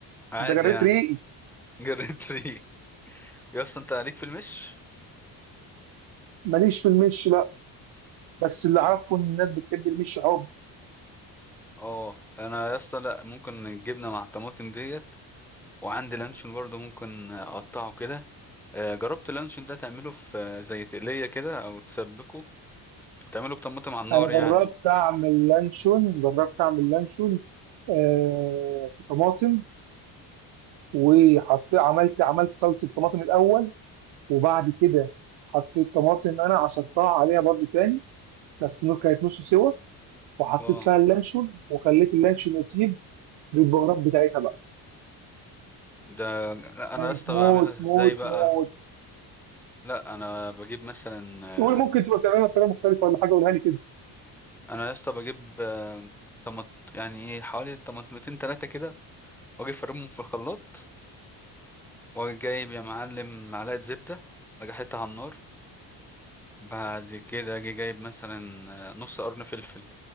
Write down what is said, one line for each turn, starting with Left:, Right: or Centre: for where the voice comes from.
Centre: عادي
Right: انت جريت
Centre: يعني
Right: ريقي
Centre: <laughs> جريت ري يا اسطى انت عليك في المش
Right: ماليش في المش لا بس اللي عارفه ان الناس بتحب المش حب
Centre: اه انا يا اسطى لا ممكن الجبنه مع الطماطم ديت وعندي لانشون برضه ممكن اقطعه كده آه، جربت اللانشون ده تعمله في آه، زي تقليه كده او تسبكه وتعمله بطماطم على النار
Right: انا جربت
Centre: يعني
Right: اعمل لانشون جربت اعمل لانشون آه في طماطم وحط عملت عملت صلصه طماطم الاول وبعد كده حطيت طماطم انا عصرتها عليها برضو تاني بس نو- كانت نص سوا وحطيت
Centre: اه
Right: فيها اللانشون وخليت اللانشون يطيب بالبهارات بتاعتها بقى
Centre: ده
Right: كانت
Centre: انا يا اسطى
Right: موت
Centre: بعملها ازاي
Right: موت
Centre: بقى
Right: موت
Centre: لا انا بجيب مثلا
Right: تقول
Centre: آه،
Right: ممكن تبقى بتعملها بطريقه مختلفه ولا حاجه قولها لي كده
Centre: انا يا اسطى بجيب آه، طمط يعني ايه حوالي طماطمتين تلاتة كده واجي افرمهم في الخلاط واجي جايب يا معلم معلقة زبدة اجي احطها على النار بعد كده اجي جايب مثلا آه، نص قرن فلفل